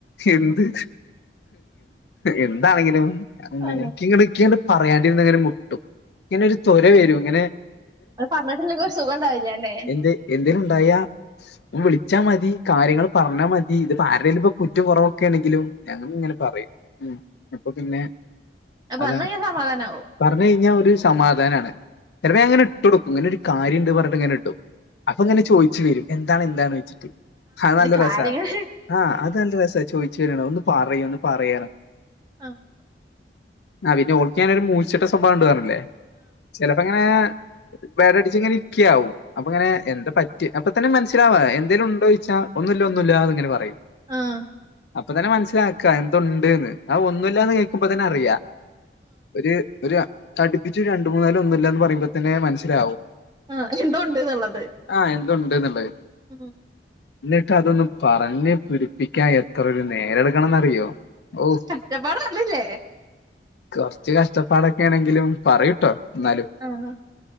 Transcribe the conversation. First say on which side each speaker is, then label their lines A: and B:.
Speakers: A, on the left; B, on the right.
A: എന്ത് എന്താണെങ്കിലും <unintelligible>
B: ആ.
A: പറയാണ്ടിരുന്നങ്ങനെ മുട്ടും ഇങ്ങനെ ഒരു തൊര വരും ഇങ്ങനെ
B: അവ് പറഞ്ഞിട്ടില്ലെങ്കി ഒരു സുഖംണ്ടാവില്ലല്ലേ
A: ന്തേ എന്തേലുണ്ടായാ ഒന്ന് വിളിച്ചാൽ മതി കാര്യങ്ങള് പറഞ്ഞാൽ മതി ഇതിപ്പ ആരുടെങ്കിലും ഇപ്പ കുറ്റം കുറവൊക്കൊണെങ്കിലും ഞാനും ഇങ്ങനെ പറയും ഉം അപ്പൊ പിന്നെ
B: അപ്പ പറഞ്ഞു
A: അതാണ്
B: കഴിഞ്ഞ സമാധാനമാവും
A: പറഞ്ഞു കഴിഞ്ഞാൽ ഒരു സമാധാനമാണ് ചിലപ്പോ ഞാൻ അങ്ങനെ ഇട്ട് കൊടുക്കും ഇങ്ങനെ ഒരു കാര്യം ഉണ്ട് പറഞ്ഞിട്ട് ഇങ്ങനെ ഇടും അപ്പൊങ്ങനെ ചോദിച്ചു വരും എന്താണ് എന്താന്ണ് വെച്ചിട്ട്. അത് നല്ല
B: കാര്യങ്ങള്
A: രസാ ആഹ് അത് നല്ല രസ ചോയിച്ച് വര്ണേ ഒന്ന് പറയ് ഒന്ന് പറയ്
B: ആഹ്
A: ആഹ് പിന്നെ ഓൾക്ക് ഞാനൊരു മൂശട്ട സ്വഭാവണ്ട്റ്ഞ്ഞ്ലേ ചെലപ്പങ്ങനെ വേറടിച്ച് ഇങ്ങനെ ഇരിക്ക്യാവും അപ്പൊ ഇങ്ങനെ എന്താ പ അപ്പ തന്നെ മനസ്സിലാവാ എന്തേലും ഉണ്ടോന്ന് ചോദിച്ച ഒന്നുമില്ല ഒന്നുമില്ലആന്നിങ്ങനെ പറയും
B: ആഹ്
A: അപ്പൊ തന്നെ മനസ്സിലാക്കാ എന്തുണ്ട്ന്ന് അഹ് ഒന്നുമില്ലന്ന് കേക്കുമ്പ തന്നെ അറിയാ ഒരു ഒരു അടുപ്പിച്ച് രണ്ടു മൂന്നാലും ഒന്നുമില്ലന്ന് പറയുമ്പോ തന്നെ മനസ്സിലാവും
B: ആഹ് എന്തോണ്ട്ന്ന്ള്ളത്.
A: ആഹ് എന്തുണ്ട് എന്നുള്ളത്
B: ഉം
A: എന്നിട്ടതൊന്ന് പറഞ്ഞ് പിടിപ്പിക്കാൻ എത്രൊരു നേരട്ക്കണന്നറിയോ ഒ
B: കഷ്ടപാട് ആണില്ലേ
A: കൊറച്ച് കഷ്ടപ്പാടൊക്കൊണെങ്കിലും പറയുട്ടോ എന്നാലും
B: ആഹ്